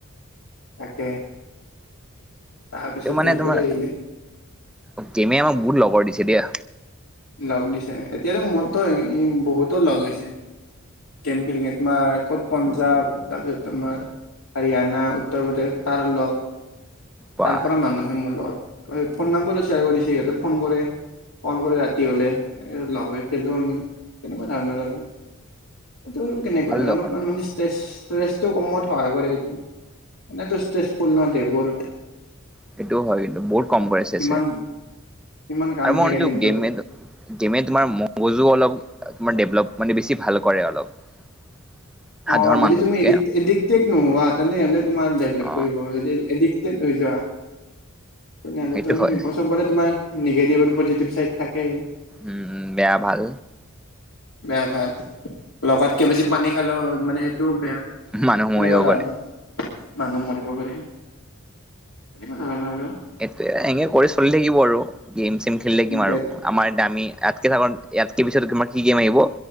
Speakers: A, on the left; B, in the centre.
A: তাকে। তাৰপিছত
B: এই মানে
A: এইবোৰে
B: তোমাৰ,
A: আহিলে
B: গেমেও আমাক বহুত লগৰ দিছে দিয়া।
A: লগ দিছে, এতিয়াতো মোৰতো বহুতো লগ হৈছে। গেম খেলি, খেলি তোমাৰ ক'ত পঞ্জাৱ, তাৰপিছত তোমাৰ হাৰিয়ানা, উত্তৰ প্ৰদেশ তাৰ লগ
B: বাহ
A: তাৰ পৰা মানুহ হয়, মোৰ লগত। ফোন নাম্বাৰো শেয়াৰ কৰিছে সিহঁতে ফোন কৰে, কল কৰে ৰা তি হ'লে লগ হৈ খেলোঁ আমি, তেনেকুৱা ধৰণৰ আৰু। সেইটো আৰু কেনেকুৱা
B: ভাল দেখোন
A: অলপমান মানে ষ্ট্ৰেছ ষ্ট্ৰেছটো কমোৱাত সহায় কৰে এইটো, এনেতো ষ্ট্ৰেচ পূৰ্ণ দেবোৰ।
B: সেইটোও হয়, কিন্তু বহুত কম কৰে চেছে
A: কিমান কিমান কাম
B: আৰু মই
A: থাকে
B: নিজৰ
A: দিনটোত
B: গেম গেমে তোমাৰ মগজু অলপমাৰ ডেভলপ মানে বেছি ভাল কৰে অলপ। <inaudible>
A: অ', যদি
B: মানুহতকে
A: তুমি এডিক-এডিক্টেড নোহোৱা তেনেহ'লে তোমাৰ ডেভলপ
B: অ
A: কৰিব, যদি এডিক টেড হৈ যোৱা তেনেহ'লে
B: সেইটো
A: তুমি
B: হয়
A: <unintelligible> চবৰে তোমাৰ নিগেটিভ আৰু পজিটিভ চাইড থাকেই।
B: উম, বেয়া-ভাল।
A: বেয়া- ভাল। লগাতকে বেছি পানী খালেও মানে সেইটোও বেয়া।
B: মানুহ মৰিব
A: এনেকুৱা ধৰনৰ।
B: পাৰে
A: মানু্হ মৰিব গ'লে <unintelligible>
B: এইটোৱেই, এনেকে কৰি চলি থাকিব আৰু গেম চেম খেলি থাকিম আৰু।
A: বেগ
B: আমাৰ এতিয়া আমি ইয়াতকে <unintelligible> ইয়াতকে পিছত তমাৰ কি গেম আহিব,